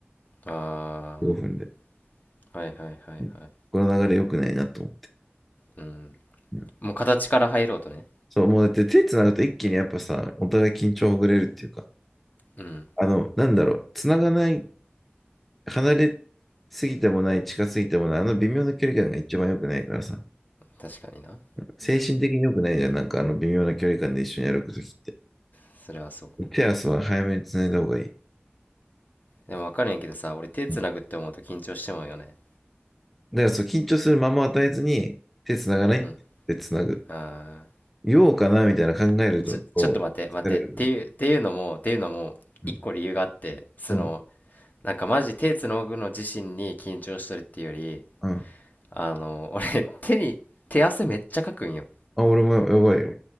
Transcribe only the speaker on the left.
あ
あー、はいはいはいはい。
うん。
もう形から入ろうとね。
うん、
確かにな。
それはそう。
でもわかるんやけどさ、俺手繋ぐって思うと緊張してまうよね。
うん。ああ
ー、ちょ、ちょっと待って、待って。
っていう、っていうのも、っていうのも、
一個理由があって、その、
なんかマジ手つのぐの自身に緊張してるっていうより
あの俺手に手汗めっちゃかくんよ